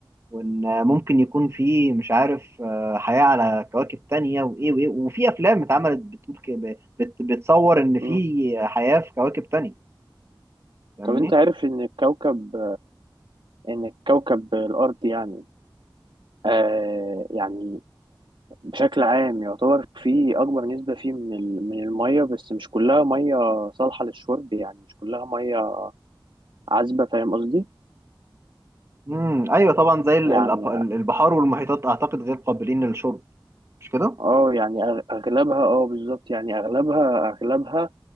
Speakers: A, on the right; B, on the right.
A: وان ممكن يكون في مش عارف آه، حياة على كواكب تانية وايه وايه وفي افلام اتعملت بتقول كده بت بتصور ان
B: مم.
A: في حياة في كواكب تانية فاهمني
B: طب انت عارف ان الكوكب ان الكوكب الارض يعني آه يعني بشكل عام يعتبر فيه اكبر نسبة فيه من ال- من المية بس مش كلها مية صالحة للشرب يعني مش كلها مية عذبة فاهم قصدي؟
A: امم ايوه طبعا زي ال-
B: يعني
A: ال- البحار والمحيطات اعتقد غير قابلين للشرب مش كده
B: اه يعني أغ- اغلبها اه بالظبط يعني اغلبها اغلبها